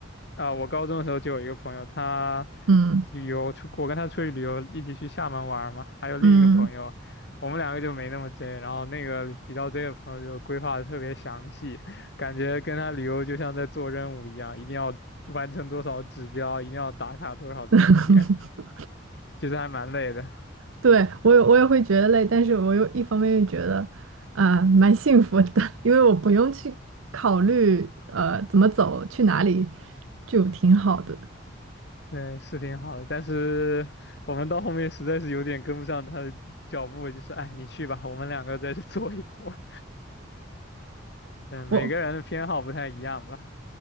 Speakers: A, on the left; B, on the right.
A: 啊，我高中的时候就有一个朋友，他
B: 嗯
A: 旅游出，我跟他出去旅游，一起去厦门玩儿嘛，还有另一个朋友，
B: 嗯，
A: 我们两个就没那么 J，然后那个比较 J 的朋友就规划的特别详细，感觉跟他旅游就像在做任务一样，一定要完成多少指标，一定要打卡多少的地点，
B: <laughs>
A: 其实还蛮累的。
B: 对，我也我也会觉得累，但是我又一方面又觉得啊、呃蛮幸福的，<laughs> 因为我不用去考虑呃怎么走去哪里，就挺好的。
A: 对，是挺好的，但是我们到后面实在是有点跟不上他的脚步，就是，哎，你去吧，我们两个在这 <laughs> 坐一会儿。嗯，每个人的偏好不太一样吧。
B: 我